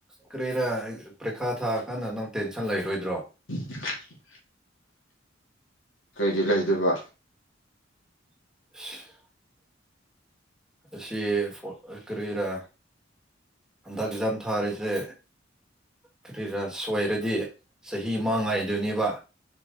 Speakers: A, in the centre; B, on the left.
A: ꯀꯔꯤꯔꯥ ꯄꯔꯤꯈꯥ ꯊꯥꯑꯀꯥꯟꯗ ꯅꯪ ꯇꯦꯟꯁꯟ ꯂꯩꯔꯣꯏꯗ꯭ꯔꯣ
B: <unintelligible> ꯀꯩꯒꯤ ꯂꯩꯗꯣꯏꯕ
A: <inaudible> ꯑꯁꯤ ꯐ ꯀꯔ ꯍꯟꯗꯛ ꯑꯦꯛꯖꯥꯝ ꯊꯥꯔꯤꯁꯦ ꯐꯔꯤ ꯔꯁ ꯑꯣꯏꯔꯗꯤ ꯆꯍꯤ ꯃ ꯉꯥꯏꯗꯣꯏꯅꯦꯕ